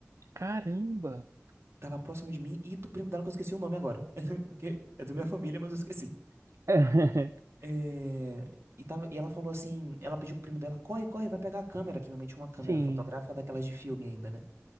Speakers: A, on the right; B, on the right.
A: caramba.
B: tava próximo de mim e do primo dela que eu esqueci o nome agora. <laughs> Que É da minha família, mas eu esqueci.
A: <laughs>
B: É, e, tava, e ela falou assim, ela pediu pro primo dela, corre, corre, vai pegar a câmera, que minha mãe tinha uma câmera
A: Sim,
B: fotográfica daquelas de filme ainda, né?